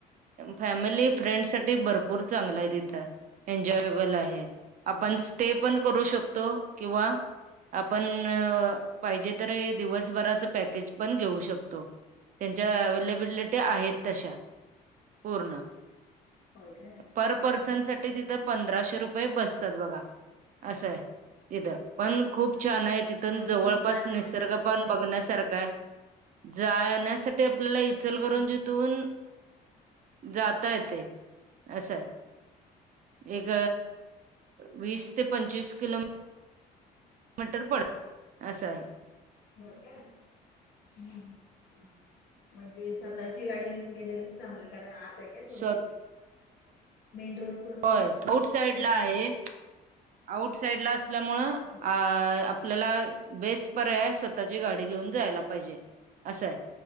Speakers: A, on the right; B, on the left.
A: फॅमिली फ्रेंड साठी भरपूर चांगला आहे तिथ. एन्जॉयबल आहे. आपण स्टे पण करू शकतो. किंवा आपण
B: हो
A: पाहिजे तर दिवसभराच पॅकेज पण घेऊ शकतो. त्यांच्या अवलेबिलिटी आहेत तशा. पूर्ण
B: होय काय
A: पर पर्सन
B: हा हा
A: साठी
B: हा
A: तिथ पंधराशे रुप प बसतात बघा असंय तिथं पण
B: होय
A: खूप
B: काय
A: छान आहे. तिथून
B: आणि
A: जवळपास
B: जाण्यास
A: निसर्ग पण बघण्यासारखं आहे. जायेण्यासा आपल्याला इचल करंजीतुन
B: आणि
A: जाता येते. असय. एक वीस ते पंचवीस किलो मीटर पडत. असं आहे.
B: हो का हम्म म्हणजे स्वतःची गाडी घेऊन गेलेलच चांगल. कारण आता आहे.
A: स्व
B: थोड ते मेन रोड सोडून
A: हो आउट साइडला आहे. आउट साईडला असल्यामुळ अ
B: हो
A: आपल्याला बेस पर्याय स्वतःची गाडी घेऊन जायला पाहिजे. असंय.